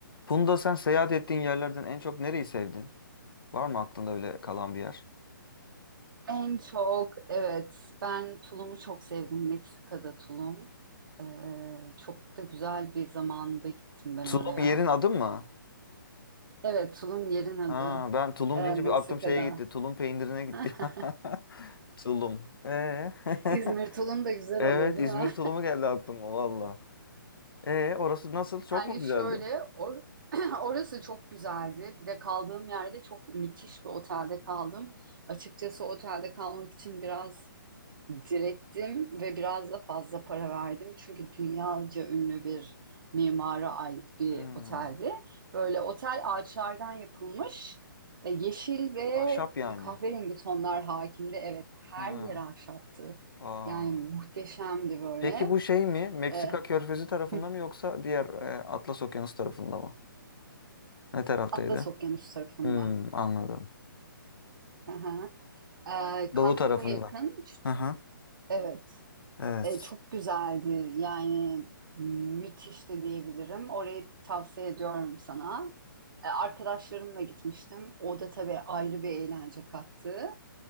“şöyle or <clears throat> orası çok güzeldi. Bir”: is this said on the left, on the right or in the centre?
Right